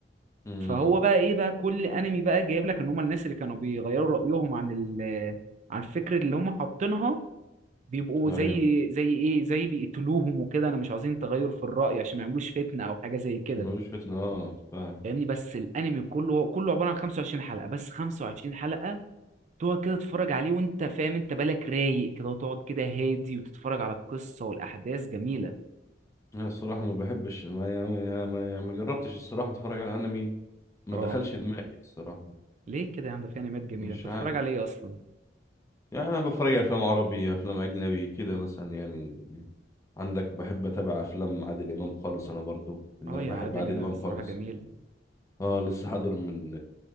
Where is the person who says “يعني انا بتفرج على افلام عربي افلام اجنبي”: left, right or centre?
Left